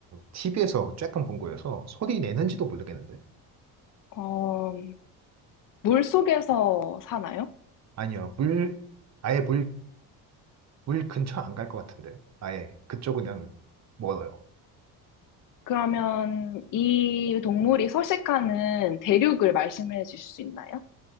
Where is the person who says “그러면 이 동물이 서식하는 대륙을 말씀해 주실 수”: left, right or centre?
Left